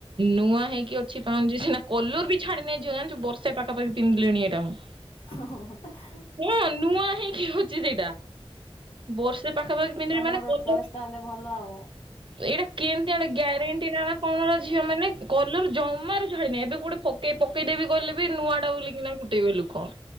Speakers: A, on the right; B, on the left.
A: ନୂଆ ହେଇକି ଅଛି ପାଉଁଜି ସିନା କଲର ବି ଛାଡି ନେଇ ଯି ଯୋଉ ବର୍ଷେପାଖା ପାଖି ପିନ୍ଧିଲିଣି ଏଇଟା ମୁଁ।
B: <unintelligible>
A: ହଁ ନୂଆ ହେଇ କିଅଛି ସେଇଟା ବର୍ଷେ ପାଖାପାଖି ପିନ୍ଧିଲି
B: ତମର
A: ମାନେ କଲର
B: ଚଏସ୍ ତାହେଲେ ଭଲ ଆଉ।
A: ଏଇଟା କେମିତି ଆଡେ ଗ୍ୟାରେଣ୍ଟି ନା ନା କଣର ଝିଅ ମାନେ କଲର ଜମାରୁ ଛାଡିନି ଏବେ ଗୋଟେ ପକେଇ ପକେଇଦେବି କହିଲେ ବି ନୂଆ ଟା ବୋଲିକିନା ଗୋଟେଇବେ ଲୋକ।